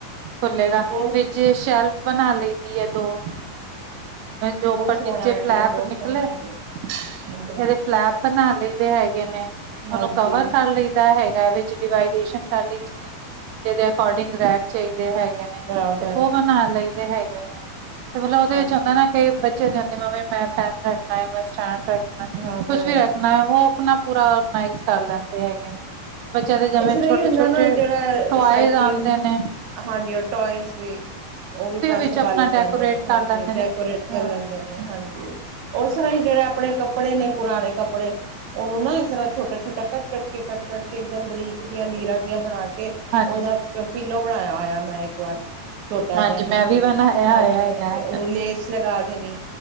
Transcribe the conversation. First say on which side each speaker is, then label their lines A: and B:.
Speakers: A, on the right (about 80°); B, on the right (about 65°).
A: ਖੁੱਲੇਗਾ।
B: ਬਹੁਤ
A: ਜੇ ਸ਼ੈਲਫ ਬਣਾ ਲਈ ਦੀ ਹੈ, ਦੋ ਜੋ ਉਪਰ
B: ਬਹੁਤ ਸੋਹਣਾ
A: ਨੀਚੇ
B: ਆਈਡੀਆ
A: ਫਲੈਪ
B: ਬਹੁਤ
A: ਨਿਕਲੇ
B: ਸੋਹਣਾ ਆਈਡੀਆ ਹਾਂਜੀ
A: ਤੇ ਇਹਦੇ ਫਲੈਬ ਬਣਾ ਲਈ ਦੇ ਹੈਗੇ ਨੇ,
B: ਹਾਂਜੀ
A: ਉਹਨੂੰ ਕਵਰ ਕਰ ਲਈ ਦਾ ਹੈਗਾ, ਵਿਚ ਡਿਵਾਈਡ ਕਰ ਲਈ ਜਿਦੇ ਅਕੋਰਡਿੰਗ ਰ ਚਾਹੀਦੇ ਹੈਗੇ, ਨੇ
B: ਬਰਾਬਰ
A: ਤੇ ਉਹ
B: ਹੈ
A: ਬਣਾ ਲਈਦੇ ਹੈਗੇ ਨੇ ਤੇ ਮਤਲਬ ਉਹਦੇ
B: ਹਾਂਜੀ
A: ਵਿਚ ਹੁੰਦਾ ਨਾ ਕਈ ਬੱਚੇ ਦੀ ਹੁੰਦੇ ਮਮੀ ਮੈ ਪਹਿਨ ਰੱਖਣਾ ਹੈ, ਬਸ ਸਟੈਂ ਰੱਖਣਾ,
B: ਬਰਾਬਰ
A: ਕੁਛ ਵੀ
B: ਹੈ
A: ਰੱਖਣਾ ਉਹ ਆਪਣਾ ਪੂਰਾ ਔਰਗਨਾਈਜ਼ ਕਰ ਲੈਂਦੇ ਹੈਗੇ ਨੇ ਬੱਚਿਆਂ ਦੇ ਜਿਵੇਂ
B: ਇਸਰ੍ਹਾਂ
A: ਛੋਟੇ
B: ਹੀ ਹੁੰਦਾ
A: ਛੋਟੇ
B: ਨਾ, ਜਿਹੜਾ
A: ਟੋਇਜ਼
B: ਸਾਈਕਲ
A: ਆਉਂਦੇ ਨੇ
B: ਹਾਂਜੀ, ਉਹ ਟੋਏਸ ਵੀ ਉਹ ਵੀ ਪੈਸਭਾਲੇ
A: ਵਿੱਚ ਆਪਣਾ ਡੈਕੋਰੇਟ
B: ਜਾਂਦੇ ਨੇ ਹਾਂਜੀ
A: ਕਰ ਲੈਂਦੇ
B: ਡੈਕੋਰੇਟ
A: ਨੇ
B: ਕਰ
A: ਅ
B: ਲੈਂਦੇ ਨੇ। ਹਾਂਜੀ, ਉਸ ਤਰ੍ਹਾਂ ਹੀ ਜਿਹੜੇ ਆਪਣੇ ਕੱਪੜੇ ਨੇ ਪੁਰਾਣੇ ਕੱਪੜੇ ਉਹਨੂੰ ਨਾ ਇਸ ਤਰ੍ਹਾਂ ਛੋਟਾ-ਛੋਟਾ ਕੱਟ-ਕੱਟ ਕੇ ਕੱਟ ਕਰਕੇ ਇੱਕਮ ਬਰੀਕ ਜਆਂ ਲੀਰਾ। ਬਣਾ ਕੇ
A: ਹਾਂਜੀ
B: ਉਹਦਾ ਪੀਲੋ ਬਣਾਇਆ ਹੋਇਆ, ਮੈਂ ਇੱਕ ਵਾਰ ਛੋਟਾ
A: ਹਾਂਜੀ
B: ਜਿਹਾ
A: ਮੈਂ ਵੀ ਬਣਾਇਆ
B: ਹਾਂਜੀ-ਹਾਂਜੀ
A: ਹੋਇਆ ਹੈਗਾ
B: ਉਹਨੂੰ ਲੇਸ ਲਗਾ ਦੇਣੀ